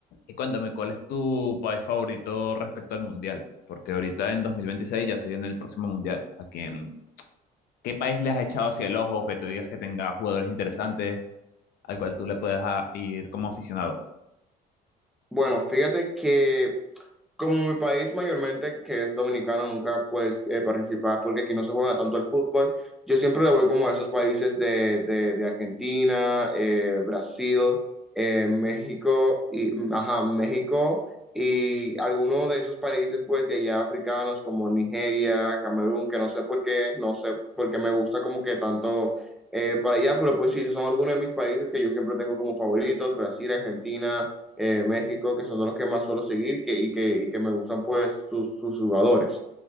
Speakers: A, on the left; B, in the centre.
A: Y cuéntame, ¿cuál es tu país favorito respecto al mundial? Porque ahorita en 2026 ya se viene el próximo mundial. ¿A quién, qué país le has echado hacia el ojo que tú digas que tenga jugadores interesantes al cual tú le puedes a- ir como aficionado?
B: Bueno, fíjate que Como mi país mayormente, que es dominicano, nunca pues eh, participaba porque aquí no se juega tanto el fútbol, yo siempre le voy como a esos países de, de- de Argentina, eh, Brasil, eh, México y, ajá, México y algunos de esos países pues de allá africanos como Nigeria, Camerún, que no sé por qué, no sé por qué me gusta como que tanto eh, para allá, pero pues sí, esos son algunos de mis países que yo siempre tengo como favoritos, Brasil, Argentina eh, México, que son de los que más suelo seguir que, y, que, y que me gustan pues sus, sus jugadores.